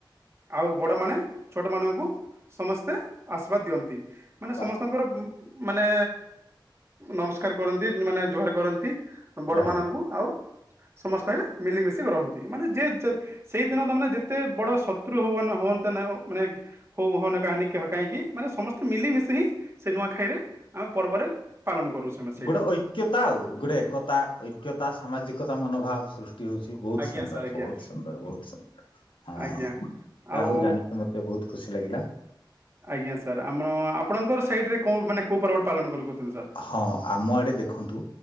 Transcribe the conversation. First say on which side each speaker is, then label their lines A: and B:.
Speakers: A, on the right; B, on the left.
A: ଆଉ ବଡ଼ମାନେ ଛୋଟମାନଙ୍କୁ ସମସ୍ତେ ଆଶୀର୍ବାଦ ଦିଅନ୍ତି। ମାନେ
B: ବା
A: ସମସ୍ତଙ୍କର ମାନେ ନମସ୍କାର କରନ୍ତି ମାନେ ଜୁଆହାର କରନ୍ତି। ବଡ
B: ବଢିଆ।
A: ମାନଙ୍କୁ ଆଉ ସମସ୍ତେ ମିଲିମିଶି ରହନ୍ତି। ମାନେ ଯେ ସେଇଦିନ ତ ମାନେ ଯେତେ ବଡ ଶତ୍ରୁ ହୁଅ ହୁଅନ୍ତତା ନା ମାନେ ହଉ ହଅନ କାହିଣୀ ହକହିଁକି ମାନେ ସମସ୍ତେ ମିିଲିମିଶି ହିଁ ସେ ନୂଆଖାଇରେ ଆମେ ପର୍ବରେ ପାଳନ କରୁ ସେମେ ସେଇଟା।
B: ଗୋଟେ ଐକ୍ୟତା ଆଉ ଗୋଟେ ଏକତା ଐକ୍ୟତା ସାମାଜିକତା ମନୋଭାବ ସୃଷ୍ଟି ହଉଛି ବହୁତ
A: ଆଜ୍ଞା
B: ସୁନ୍ଦର।
A: ସାର୍ ଆଜ୍ଞା
B: ବହୁତ ସୁନ୍ଦର ବହୁତ ସୁନ୍ଦର ହଁ
A: ଆଜ୍ଞା
B: ଯାହା
A: ଆଉ
B: ହଉ ଜାଣିକି ମତେ ବହୁତ ଖୁସି ଲାଗିଲା।
A: ଆଜ୍ଞା ସାର୍ ଆପଣ ଆପଣଙ୍କର ସାଇଟରେ କେଉଁ ମାନେ କେଉଁ ପର୍ବରେ ପାଳନ କର କଛନ୍ତି।
B: ହଁ ଆମ ଆଡେ ଦେଖନ୍ତୁ